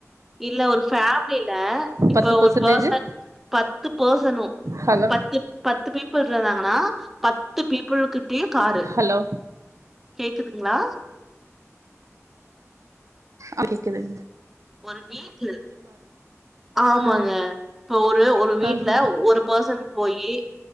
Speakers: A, in the centre; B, on the right (about 70°).
A: இல்ல ஒரு ஃபேமிலில இப்ப
B: பத்து பர்சன்டேஜு
A: ஒரு பர்சன் பத்து பர்சனு
B: ஹலோ
A: பத்து பத்து பே <unintelligible> ங்கன்னா பத்து பீ புல்கிட் கேக்காரு
B: ஹலோ
A: கேக்குதுங்ளா
B: அடிக்குது
A: ஒரு வீட்ல ஆமாங்க
B: ஆ
A: இப்ப ஒரு ஒரு வீட்ல
B: ஆஹ
A: ஒரு பர்சன் போயி